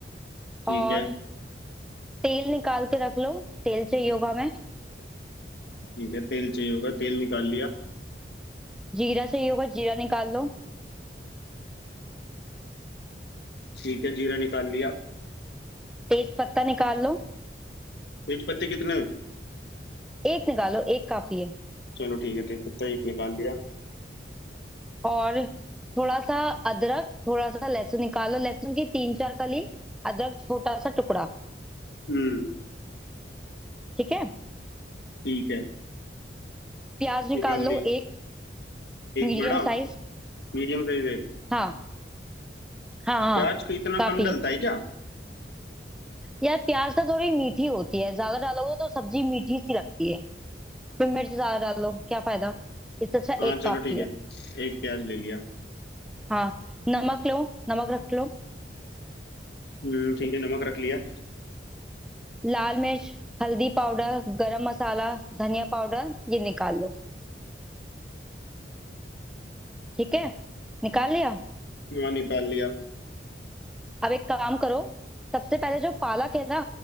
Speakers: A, on the left; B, in the centre.
A: ठीक
B: और
A: है
B: तेल निकाल के रख लो तेल चाहिए होगा हमें
A: ठीक है तेल चाहिए होगा तेल निकाल लिया
B: जीरा चाहिए होगा जीरा निकाल लो
A: ठीक है जीरा निकाल लिया
B: तेज पत्ता निकाल लो
A: तेज पत्ते कितने
B: एक निकालो एक काफी है
A: चलो ठीक है तेज पत्ता एक निकाल लिया
B: और थोड़ा सा अदरक थोड़ा सा लहसुन निकालो लहसुन की तीन चार कली अदरक छोटा सा टुकड़ा
A: हम्म
B: ठीक है
A: ठीक है
B: प्याज
A: निकाल
B: निकाल लो
A: ली
B: एक
A: एक
B: मीडियम
A: बड़ा
B: साइज
A: मीडियम साइज एक
B: हाँ हाँ हाँ
A: प्याज का इतना
B: काफी
A: कम डलता
B: है
A: है क्या
B: यार प्याज तो थोड़ी मीठी होती है ज्यादा डालोगे तो सब्जी मीठी सी लगती है फिर मिर्च ज्यादा डालो क्या फायदा इससे अच्छा
A: हाँ
B: एक
A: चलो
B: काफी
A: ठीक है
B: है
A: एक प्याज ले लिया
B: हाँ नमक लो नमक रख लो
A: हम्म ठीक है नमक रख लिया
B: लाल मिर्च हल्दी पाउडर गरम मसाला धनिया पाउडर ये निकाल लो ठीक है निकाल लिया
A: हाँ निकाल लिया
B: अब एक काम करो सबसे पहले जो पालक है ना